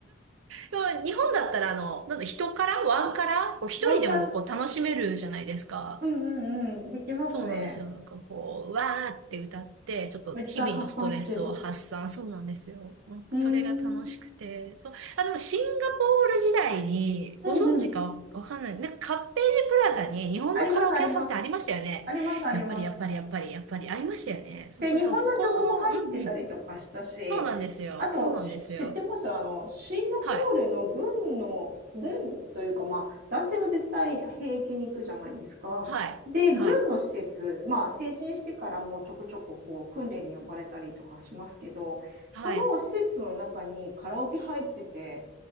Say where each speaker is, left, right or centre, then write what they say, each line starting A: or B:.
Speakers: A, on the right (about 80°); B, on the right (about 45°).
A: でも日本だったら、あの、なんだ、人から、ワンから、こう一人でもこう楽しめるじゃないですか。
B: ワンカラ。うんうんうん。できますね。
A: そうなんですよ。なんかこう、わーって歌って、ちょっと日々のストレスを発散。
B: めっちゃ発散してる。
A: そうなんですよ。もうそれが楽しくて。
B: うーん。うん
A: そう。あ、でもシンガポール時代に、
B: うん。
A: ご存知かわかんない。なんかカッページプラザに日本のカラオケ屋さんってありましたよね。
B: あります、あります。あります、あります。
A: やっぱりやっぱりやっぱりやっぱりありましたよね。そうそうそう、
B: で、日本の曲も入ってたりとかしたし、
A: そこを、うんうん。そうなんですよ。
B: あと、
A: そうなんですよ。
B: し知ってますあの、シンガポールの軍の、
A: はい。
B: 軍というか、まあ、男性は絶対兵役に行くじゃないですか。
A: はい。
B: で、
A: はい。
B: 軍の施設、まあ、成人してからもうちょこちょここう訓練に呼ばれたりとかしますけど、その施設の中にカラオケ入ってて、
A: はい。